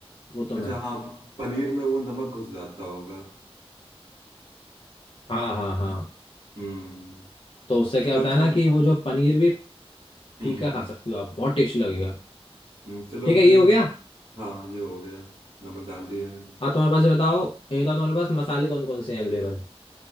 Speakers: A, on the left (about 55°); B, on the right (about 60°).
A: वो तो
B: अच्छा
A: मैं
B: हाँ पनीर में वो नमक घुस जाता होगा
A: हाँ हाँ हाँ
B: हम्म
A: तो उससे क्या
B: चलो
A: होता
B: अच्छा
A: है ना
B: हम्म
A: कि वो जो पनीर भी फीका
B: हम्म
A: खा सकती हो आप बहुत टेस्टी लगेगा
B: हम्म, चलो
A: ठीक
B: हमने
A: है ये हो गया
B: हाँ ये हो गया नमक डाल दिया है
A: हाँ तुम्हारे पास ये बताओ ये बताओ तुम्हारे पास मसाले कौन कौन से हैं अवेलेबल